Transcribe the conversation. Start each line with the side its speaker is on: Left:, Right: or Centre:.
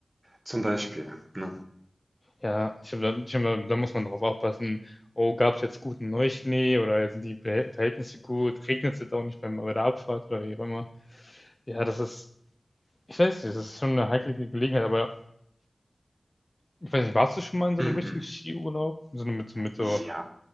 Right: Zum Beispiel, ne?
Left: ja, ich glaube, da, ich glaube, da muss man drauf aufpassen. Oh, gab es jetzt guten Neuschnee oder sind die Be- Verhältnisse gut? Regnet es jetzt auch nicht beim, bei der Abfahrt oder wie auch immer? Ja, das ist, ich weiß nicht, das ist schon eine heikle Ge- Gelegenheit, aber ich weiß nicht, warst du schon mal in so
Right: Mhm.
Left: einem richtigen Skiurlaub? So eine- mit so, mit so,
Right: Ja.